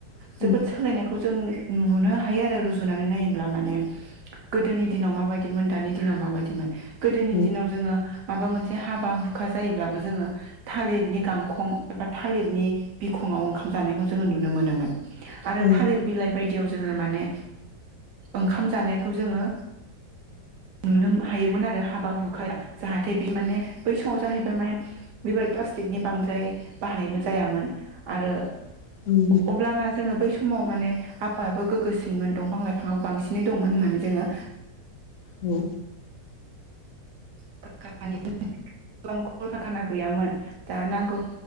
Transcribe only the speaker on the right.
जोबोद सोलायनायखौ जों नुनो हायो आरो रुजुनानै नायोब्ला माने गोदोनि दिनाव माबायदिमोन दानि दिनाव माबायदिमोन गोदोनि
दिनाव जोङो माबा मोनसे हाबा हुखा जायोब्लाबो जोङो थालिरनि गांखं एबा थालिरनि बिखङाव ओंखाम जानायखौ जोङो नुनो मोनो मोन। आरो
थालिर बिलाइ बाय दियाव जोङो माने ओंखाम जानायखौ जोङो नुनोम हायोमोन आर रो हाबा हुखाय जाहा थे बे माने बै संजा हैबा माने बिबायद <unintelligible> स थिकनि बांद्राय बाहायनायबो जायामोन आरो
अब्लाना जोङो बै समाव माने आबहावायाबो गोगोसिनमोन दंफां लाइफाङाबो बांसिनै दंमोन होननानै जोङो
<unintelligible> गोबां कल कारकाना गैयामोन। दा नांगौ